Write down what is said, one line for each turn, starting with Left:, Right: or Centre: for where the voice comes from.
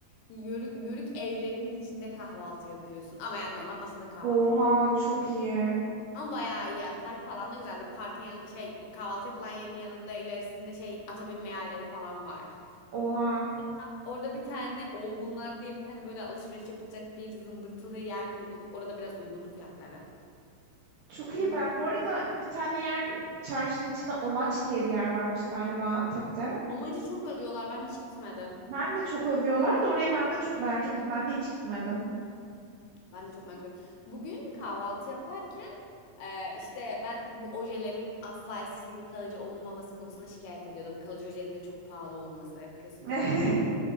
Left: Yörük, yörük evlerinin içinde kahvaltı yapıyorsun. Ama yani normal masada kahvaltı
Right: oha
Left: yapıyorsun.
Right: çok iyi.
Left: Ama bayağı iyi yani. Park falan da güzeldi. Parkın yan- şey kahvaltı yapılan yerin yanında ilerisinde şey ata binme yerleri falan var.
Right: Oha.
Left: Ha, Orada bir tane Olgunlar diye bir tane böyle alışveriş yapılacak bir zımbırtılı yer bulduk. Orada biraz uygunlu fiyatlara.
Right: Çok
Left: Onu.
Right: iyi. Ben bu arada bir tane yer çarşının içinde Omaç diye bir yer varmış galiba Antep'te.
Left: Omacı çok övüyorlar. Ben hiç gitmedim.
Right: Ben de çok övüyorlar da orayı ben de çok merak ettim. Ben de hiç gitmedim.
Left: Ben de çok merak ediyorum. Bugün kahvaltı yaparken e, işte ben bu ojelerin asla eskisi gibi kalıcı olmaması konusunda şikayet ediyordum. Kalıcı ojelerin de çok pahalı olması kısmında.
Right: <laughs>